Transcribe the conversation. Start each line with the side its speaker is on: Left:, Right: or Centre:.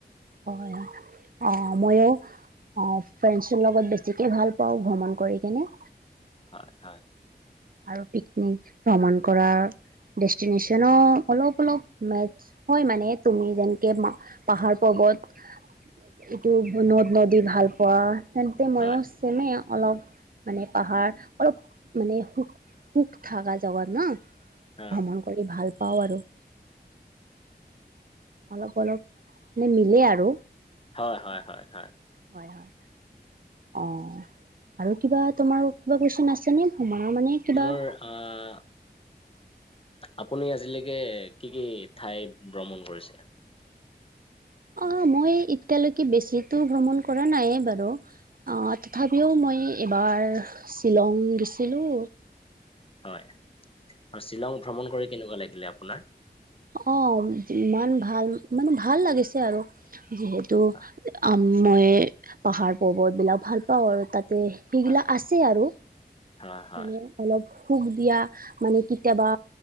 Right: হয়-হয়। অ মইয়ো- অঁহ ', ফ্ৰেণ্ডছৰ লগত বেছিকে ভাল পাওঁ ভ্ৰমণ কৰি কিনে।
Left: হয়-হয়।
Right: আৰু পিকনিক ভ্ৰমণ কৰা ডেষ্টিনেচনো অলপ-অলপ মেচ- হয় মানে। তুমি যেনেকে পাহাৰ-পৰ্বত- ইটো নদ-নদী ভাল পোৱা। তেন্তে মইও
Left: হয়
Right: চেমে অলপ মানে পাহাৰ অলপ মানে সুখ- সুখ থাকা যাগাত ন
Left: অ
Right: ভ্ৰমণ কৰি ভাল পাওঁ আৰু। অলপ-অলপ মানে মিলে আৰু।
Left: হয়-হয়, হয়- হয়।
Right: হয়-হয়। অঁহ', - আৰু কিবা তোমাৰ কিবা কুৱেশন আছে নে ভ্ৰমণৰ মানে?
Left: মোৰ
Right: <unintelligible>
Left: আহ আপুনি আজিলৈকে কি কি ঠাই ভ্ৰমণ কৰিছে?
Right: অঁহ ', মই এতিয়ালৈকে বেছিতো ভ্ৰমণ কৰা নাই বাৰু। অঁহ', তথাপিও মই এবাৰ শ্বিলং গেছিলোঁ।
Left: হয় আৰু শ্বিলং ভ্ৰমণ কৰি কেনেকুৱা লাগিলে আপোনাৰ?
Right: অৱ ইমান ভাল মানে ভাল লাগিছে আৰু যিহেতু
Left: হয়,
Right: আম মই পাহাৰ পৰ্বতবিলাক ভাল পাওঁ আৰু তাতে সিগিলাক
Left: হয়,
Right: আছে আৰু।
Left: হয়, হয়।
Right: মানে অলপ সুখ দিয়া, মানে কেতিয়াবা